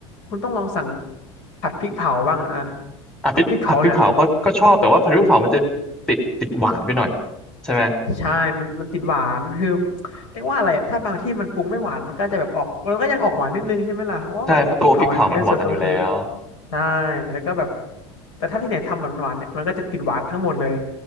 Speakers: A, on the left (about 75°); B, in the centre.
A: คุณต้องลองสั่งผัดพริกเผาบ้างอะอะ
B: อ่ะพริกผัดพริกเผาก็ก็ชอบแต่ว่าผัดพริกเผามันจะติดติดหวานไปหน่อย
A: ผัดพริกเผาเนี่ย
B: ใช่ไหม
A: ใช่มันมันติดหวานคือเรียกว่าอะไรอะถ้าบางที่มันปรุงไม่หวานมันก็จะแบบออกมันก็ยังออกหวานนิดนึงใช่ไหมล่ะเพราะว่าแบบพริกเผาเนี่ยโดยส่วนตัวคือ
B: ใช่เพราะตัวพริกเผามันหวานอยู่แล้ว
A: ใช่แล้วก็แบบแต่ถ้าที่ไหนทำแบบหวานๆเนี่ยมันก็จะติดหวานทั้งหมดเลย